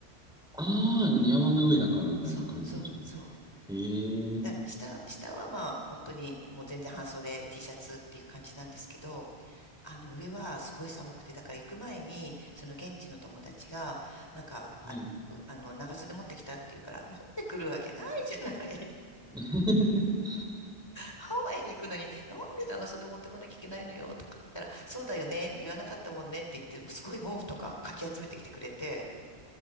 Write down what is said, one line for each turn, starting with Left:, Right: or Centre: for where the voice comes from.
Centre: ああ、山の上だからみたいな感じなんでしょ
Left: そうそうそう。
Centre: う。へえ。
Left: だ下、下はまあ、本当にもう全然半袖 T シャツっていう感じなんですけど、あの、上はすごい寒くて、だから行く前に、その現地の友達が、なんか、
Centre: はい。
Left: あ、あの、長袖持ってきたっていうから、持ってくるわけないじゃない
Centre: <laughs>
Left: ハワイに行くのに、なんで長袖持ってこなきゃいけないのよとか言ったら、そうだよね、言わなかったもんねって言って、もうすごい毛布とかかき集めてきてくれて、